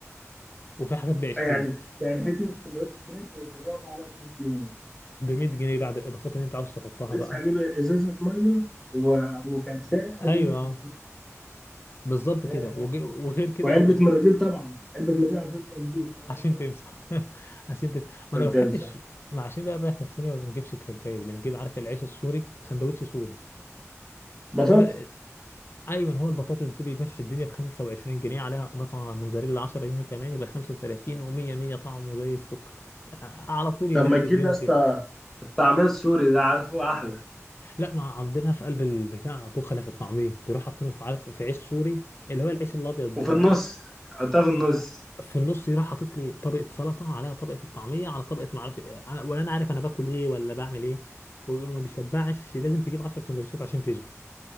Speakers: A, on the left; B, in the centre.
A: وفي حاجات ب 20
B: يعني يعني حتة سندوتش كريب بيقف على 100 جنيه
A: ب 100 جنيه بعد الاضافات اللي انت عاوز تحطها
B: لسه
A: بقى
B: هجيب ازازه ميه و- وكنزايه
A: ايوه
B: ادي 150
A: بالظبط
B: ياه.
A: كده وج- وغير كده
B: وعلبه
A: لو
B: مناديل طبعا علبه مناديل عشان تنظيف ادي
A: عشان
B: 150
A: تمسح <laughs> عشان تمسح ما
B: عشان
A: انا ما
B: تمسح
A: بحبش ما عشان بقى نريح نفسنا ما بنجيبش كريبات بنجيب عارف العيش السوري سندوتش سوري
B: بطاطس
A: اللي هو ايوه هو البطاطس دي بيمشي الدنيا ب 25 جنيه عليها اضافه موزاريلا 10 جنيه كمان يبقى 35 و100 100 طعمه زي السكر آه، على طول يمشي
B: طب ما تجيب
A: اليوم
B: يا اسطى
A: كده
B: الطعميه السوري ده عارفه احلى
A: لا ما عندنا في قلب البتاع بخله في الطعميه بيروح حاطينه في عارف في عيش سوري اللي هو العيش الابيض
B: وفي النص حطها في النص
A: آه، في النص يروح حاطط لي طبقه سلطه عليها طبقه الطعميه على طبقه ما اعرف إيه. انا ولا انا عارف انا باكل ايه ولا بعمل ايه وما بيشبعش لازم تجيب 10 سندوتشات عشان تشبع